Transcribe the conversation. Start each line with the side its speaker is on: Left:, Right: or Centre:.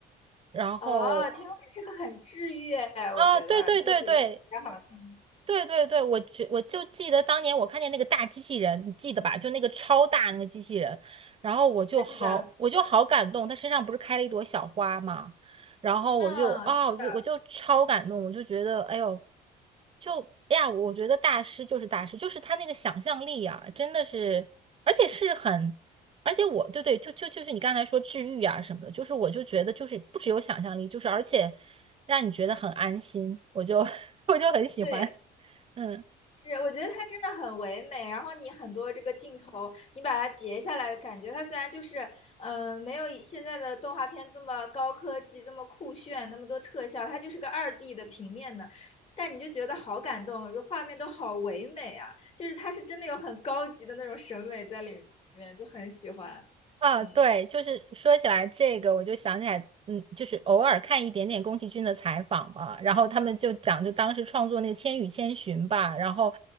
Right: 然后
Left: 哦，《天空之城》很治愈，
Right: 啊，
Left: 我觉得那个主题曲也好听，
Right: 对对对对，对对对，我觉我就记得当年我看见那个大机器人，你记得吧？就那个超大那个机器人，然后我就好我就好感动，
Left: 还记得？
Right: 他身上不是开了一朵小花嘛，然后我就啊、
Left: 嗯，是的，
Right: 我就我就超感动，我就觉得哎呦，就哎呀，我觉得大师就是大师，就是他那个想象力啊，真的是，而且是很，而且我对对，就就就是你刚才说治愈啊什么的，就是我就觉得就是不只有想象力，就是而且让你觉得很安心，我就 <laughs> 我就很喜欢。
Left: 对。
Right: 嗯
Left: 是，我觉得它真的很唯美。然后你很多这个镜头，你把它截下来的感觉，它虽然就是，嗯、没有以现在的动画片这么高科技、这么酷炫、那么多特效，它就是个二 D 的平面的，但你就觉得好感动，画面都好唯美啊！就是它是真的有很高级的那种审美在里面，就很喜欢。
Right: 啊，
Left: 嗯，
Right: 对，就是说起来这个，我就想起来，嗯，就是偶尔看一点点宫崎骏的采访嘛，然后他们就讲，就当时创作那个《千与千寻》吧，然后